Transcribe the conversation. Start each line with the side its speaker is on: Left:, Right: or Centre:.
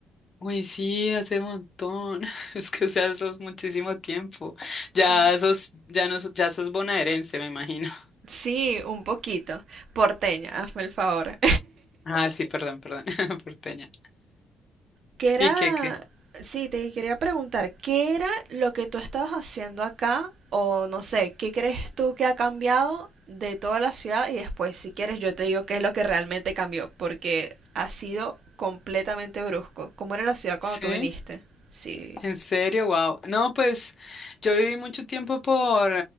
Left: Uy, sí, hace montón. <laughs> Es que, o sea, sos muchísimo tiempo.
Right: Sí.
Left: Ya sos, ya no, sos- ya sos bonaerense, me imagino. <laughs>
Right: Sí, un poquito. Porteña, hazme el favor.
Left: Ah, sí, perdón, perdón, <laughs> porteña.
Right: ¿Qué era?
Left: ¿Y qué, qué?
Right: Sí, te quería preguntar, ¿qué era lo que tú estabas haciendo acá? O no sé, ¿qué crees tú que ha cambiado de toda la ciudad? Y después, si quieres, yo te digo qué es lo que realmente cambió, porque ha sido completamente brusco. ¿Cómo era la ciudad
Left: Sí,
Right: cuando tú viniste? Sí,
Left: en serio, wow. No, pues yo viví mucho tiempo por,